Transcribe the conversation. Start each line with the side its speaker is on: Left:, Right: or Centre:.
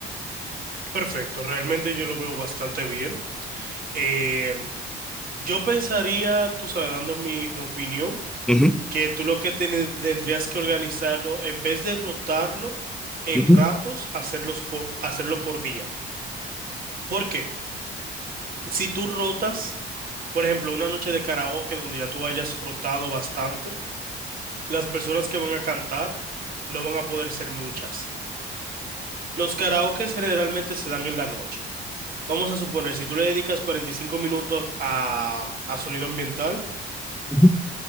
Right: Perfecto, realmente yo lo veo bastante bien. Eh, yo pensaría, tú sabes, dando mi opinión.
Centre: Ujú,
Right: que tú lo que ten- tendrías que organizarlo, en vez de rotarlo en
Centre: ujú,
Right: ratos, hacerlos por, hacerlo por día. Porque si tú rotas, por ejemplo, una noche de karaoke donde ya tú hayas rotado bastante, las personas que van a cantar no van a poder ser muchas. Los karaokes generalmente se dan en la noche. Vamos a suponer, si tú le dedicas 45 minutos a, a sonido ambiental,
Centre: ujú,